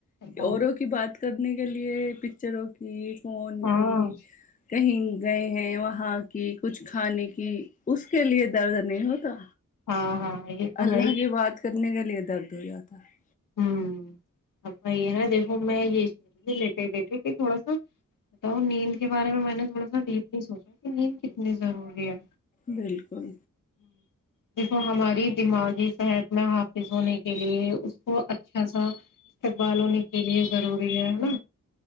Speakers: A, on the left (about 75°); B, on the left (about 25°).
A: بتاؤ
B: اوروں کی بات کرنے کے لیے پکچروں کی ج فون
A: ہاں
B: کی کہیں گئے ہیں وہاں کچھ کھانے کی اس کے لیے درد نہیں ہوتا
A: ہاں ہاں یہ تو
B: اللہ
A: ہے ہی
B: کی بات کرنے کا لے درد ہو جاتا ہے
A: ہ اب بھائی ہے نا دیکھو میں یہ سوچ لیتے لیتے کہ تھوڑا سا بتاؤ نیند کے بارے میں میں نے تھوڑا سا ڈیپلی سوچا کہ نیند کتنی ضروری ہے
B: بالکل
A: دیکھو ہماری دماغی صحت میں حافظ ہونے کے لیے وہ اچھا سا تقبال ہونے کے لیے ضروری ہے ہے نا